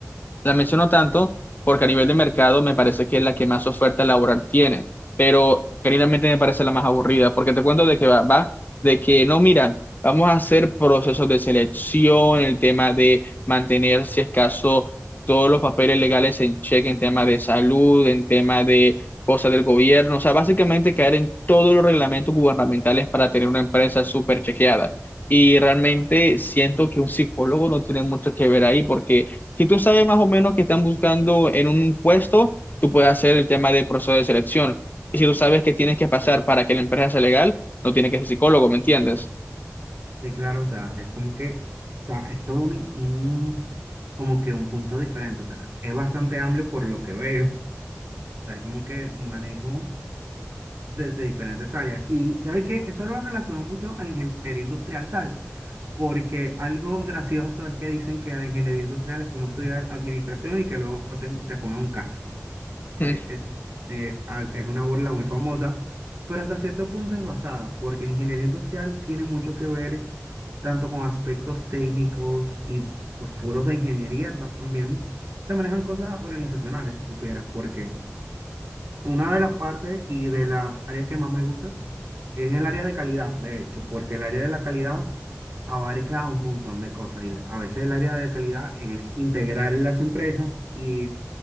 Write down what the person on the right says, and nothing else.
Sí, claro, o sea, es como que, o sea, es todo un, un- como que un punto diferente, o sea, es bastante amplio por lo que veo, o sea, es como que manejo desde diferentes áreas. Y, ¿sabes qué? Eso lo relaciono mucho a la ingeniería industrial, ¿sabes? Porque algo gracioso es que dicen que la ingeniería industrial es como estudiar administración y que luego te, te pongan un casco. Eh,
es, eh, al- es una burla muy famosa, pero hasta cierto punto es basada, porque la ingeniería industrial tiene mucho que ver tanto con aspectos técnicos y pues puros de ingeniería, también se manejan cosas organizacionales, si supieras, porque una de las partes y de las áreas que más me gusta es el área de calidad, de hecho, porque el área de la calidad abarca un montón de cosas y a veces el área de calidad es integrar en las empresas y